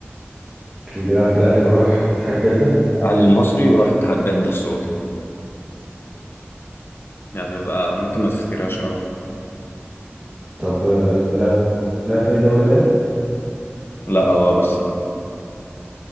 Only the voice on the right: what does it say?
كان بيلعب في الاهلي وراح اتحاد جدة
طب آه، لعب لعب في اي دوري تاني